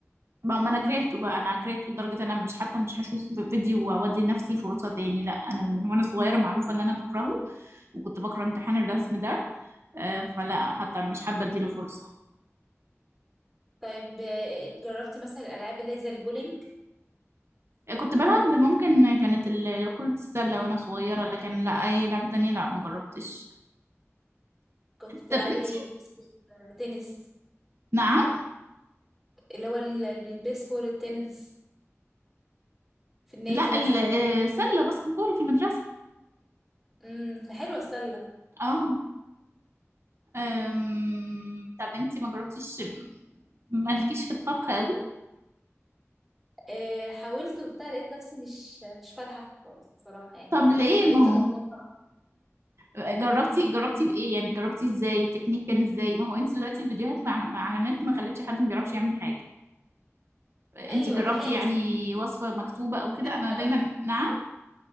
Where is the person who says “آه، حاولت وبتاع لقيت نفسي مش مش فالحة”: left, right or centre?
Centre